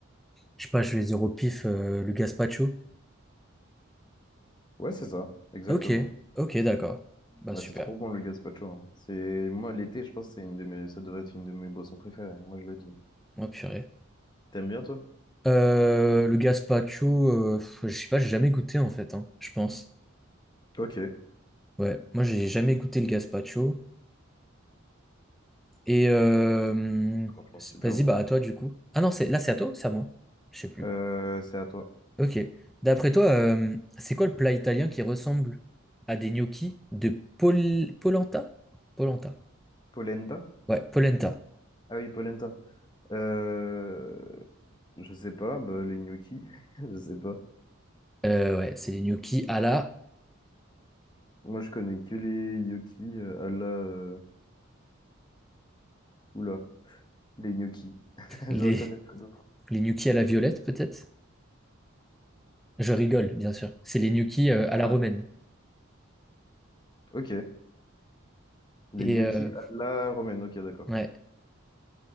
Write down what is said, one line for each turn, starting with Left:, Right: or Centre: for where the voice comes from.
Centre: je sais pas, je vais dire au pif euh, le gazpacho.
Left: Ouais, c'est ça, exactement.
Centre: Ok, ok, d'accord. Bah
Left: Bah,
Centre: super.
Left: c'est trop bon le gazpacho. hein. C'est moi l'été, je pense que c'est une de mes, ça devrait être une de mes boissons préférées. Moi, je le dis.
Centre: Oh, purée.
Left: T'aimes bien toi?
Centre: Euh, le gazpacho, euh, pff, je sais pas, j'ai jamais goûté en fait, hein, je pense.
Left: Ok.
Centre: Ouais, moi j'ai jamais goûté le gazpacho. Et euh,
Left: Franchement,
Centre: c'est-
Left: super
Centre: vas-y,
Left: bon.
Centre: bah à toi du coup. Ah non, c'est là c'est à toi, ou c'est à moi. Je sais plus.
Left: Euh, c'est à toi.
Centre: Ok. D'après toi, euh, c'est quoi le plat italien qui ressemble à des gnocchis de pol- polenta? Polenta.
Left: Polenta?
Centre: Ouais, polenta.
Left: Ah oui, polenta. Euh, je sais pas. Bah, les gnocchis. <laughs> Je sais pas.
Centre: Euh, ouais, c'est les gnocchis à la
Left: Moi, je connais que les gnocchis euh, à la. euh, Oula, les gnocchis. <laughs>
Centre: les
Left: Je reconnais pas d'autres.
Centre: les gnocchis à la violette peut-être. Je rigole, bien sûr. C'est les gnocchis euh, à
Left: Ah,
Centre: la romaine.
Left: ok. Les
Centre: Et
Left: gnocchis
Centre: euh,
Left: à la romaine. Ok, d'accord.
Centre: ouais,